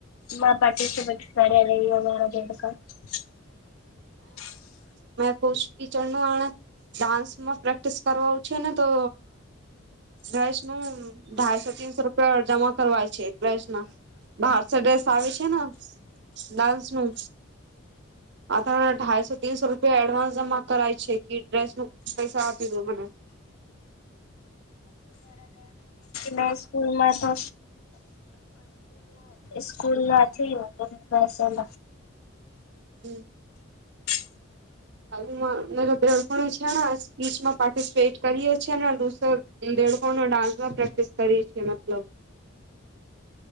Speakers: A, on the left; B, on the right.
A: મા પાટી શ પટર એ એંદકા. <unintelligible> <unintelligible>
B: મે કહુ છું, કીચરનું આ ડાન્સમાં પ્રેક્ટિસ કરવા છે ને, તો દ્રસ નું ઢાઈસો, તીનસો રૂપિયા જમા કરવાય છે, દસમાં. બહારસ ડ્રેસ આવે છે ને, ડાન્સ નું. આઢાઈસો, તીનસો રૂપિયા એડવાન્સ જમા કરાાય છે, કેી ડ્રેસ મુક પૈસા આપી દો મને.
A: મે સ્કૂલમાં તો સ્કૂલ ના બસ.
B: હમ.
A: <unintelligible>
B: હરા પણ છે ને, સ્પીચમાં પાર્ટિસિપેટ કરીએ છે, નેૂસ દેડકો ને ડાન્સમાં પ્રેક્ટિસ કરીએ છીએ, મતલબ.